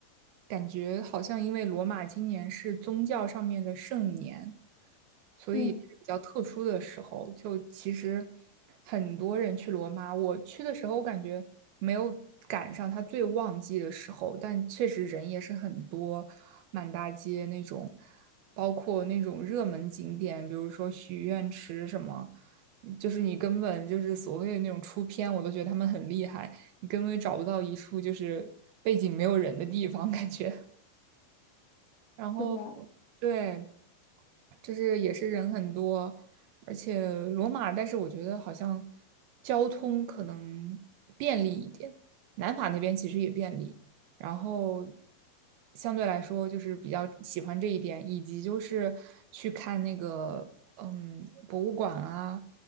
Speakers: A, on the right; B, on the left.
A: 感觉好像因为罗马今年是宗教上面的圣年，所以也是比较特殊的时候。
B: 嗯，
A: 就其实很多人去罗马，我去的时候我感觉没有赶上他最旺季的时候，但确实人也是很多，满大街那种，包括那种热门景点，比如说许愿池什么。就是你根本就是所谓的那种出片，我都觉得他们很厉害，你根本找不到一处就是背景没有人的地方感觉。然后，
B: 是吧？
A: 对，就是也是人很多，而且罗马，但是我觉得好像交通可能便利一点，南法那边其实也便利，然后相对来说就是比较喜欢这一点，以及就是去看那个嗯博物馆啊，